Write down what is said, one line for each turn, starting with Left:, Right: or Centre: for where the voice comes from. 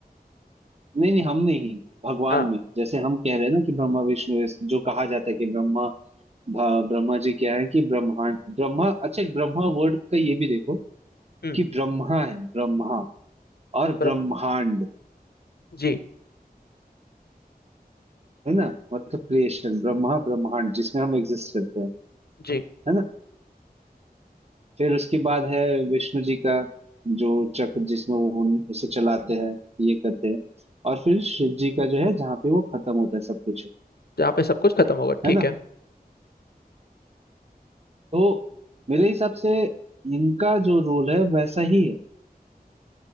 Right: नहीं नहीं हम नहीं भगवान
Left: हाँ
Right: में जैसे हम कह रहे हैं ना कि ब्रह्मा विष्णु इस- जो कहा जाता है कि ब्रह्मा भ- ब्रह्मा जी क्या है कि ब्रह्मांड ब्रह्मा अच्छा एक ब्रह्मा वर्ड का ये भी देखो
Left: हम्म
Right: कि ब्रह्मा है ब्रह्मा और
Left: ब्रह्मा
Right: ब्रह्मांड
Left: जी
Right: है ना मतलब क्रिएशन ब्रह्मा ब्रह्मांड जिसमें हम एग्जिस्ट करते हैं
Left: जी
Right: है ना फिर उसके बाद है विष्णु जी का जो चक्र जिसमें वो उन- उसे चलाते हैं ये करते हैं और फिर शिव जी का जो है जहाँ पे वो खत्म होता है सब कुछ
Left: जहाँ पे सब कुछ खत्म होगा ठीक
Right: है ना
Left: है
Right: तो मेरे हिसाब से इनका जो रोल है वैसा ही है